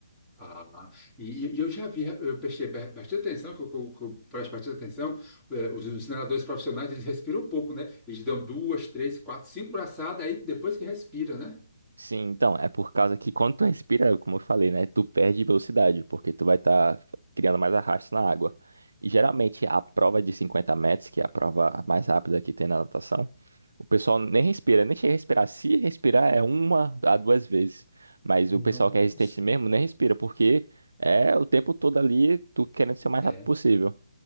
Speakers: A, in the centre; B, on the right (about 85°).
A: Ah, e, e eu já vi, eu prestei ba- bastante atenção, que eu, que eu- que eu presto bastante atenção, eh, os, os nadadores profissionais, eles respiram um pouco, né? Eles dão duas, três, quatro, cinco braçadas, aí depois que respira, né?
B: Sim, então, é por causa que quando tu respira, é como eu falei, né, tu perde velocidade, porque tu vai estar criando mais arrasto na água. E geralmente a prova de 50 metros, que é a prova mais rápida que tem na natação, o pessoal nem respira, nem chega a respirar. Se respirar é uma a duas vezes, mas
A: Nossa,
B: o pessoal que é resistente mesmo nem respira, porque é o tempo todo ali tu querendo ser o mais
A: é.
B: rápido possível.